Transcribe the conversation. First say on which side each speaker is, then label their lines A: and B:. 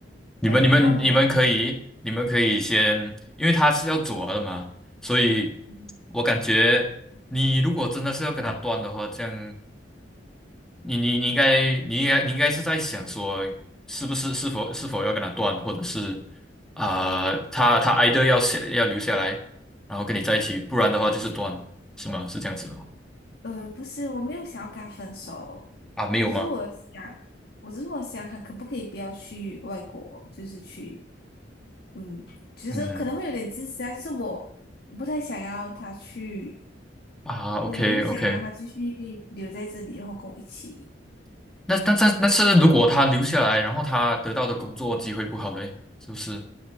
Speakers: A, in the centre; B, on the left.
A: 你们你们你们可以你们可以先，
B: 呃，让我，
A: 因为他是要走了的嘛，所以
B: 嗯
A: 我感觉你如果真的是要跟他断的话，这样你你你应该你应该你应该是在想说，是不是是否是否要跟他断，或者是啊、呃他他 e i 要下要留下来，然后跟你在一起，不然的话就是断，是吗？是这样子吗？
B: 呃，不是，我没有想要跟他分手，
A: 啊，没有吗？
B: 只是我想，我只是我想，他可不可以不要去外国，就是去，嗯，就是可能会有点自私啊，
A: 嗯
B: 就是我我不太想要他去，
A: 啊，OK
B: 对，我就想让他继续留在这里，
A: OK，
B: 然后跟我一起。
A: 那但但那是如果他留下来，
B: 对，
A: 然后他得到的工作机会不好嘞，是不是？